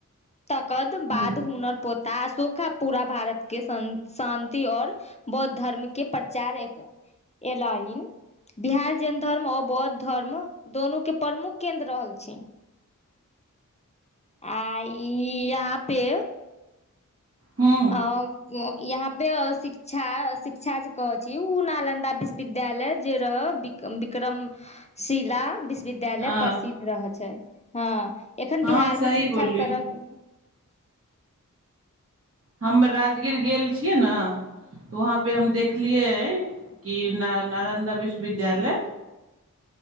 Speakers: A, on the left (about 20°); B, on the right (about 45°).
A: तकद
B: हूँ
A: बाद हुनकर पो। ता अशोका पूरा भारत के शान्ति और बौद्ध धर्म के प्रचार एलनि बिहार जैन धर्म और बौद्ध धर्म दोनू के प्रमुख केन्द्र रहल छै। पक च आ ई आपे।
B: हूँ
A: आ। यहाँ पे शिक्षा शिक्षा जे कहै छी ओ नालन्दा विश्वविद्यालय जे रह विक्रम। शिला विश्वविद्यालय
B: हँ
A: प्रसिद्ध रहै छै हँ एखन
B: हँ
A: बिहारमे
B: सही
A: शिक्षा
B: बोलली
A: सड़क।
B: हम राजगीर गेल छियै नेऽ वहाँपे हम देखलियै कि न नालन्दा विश्वविद्यालय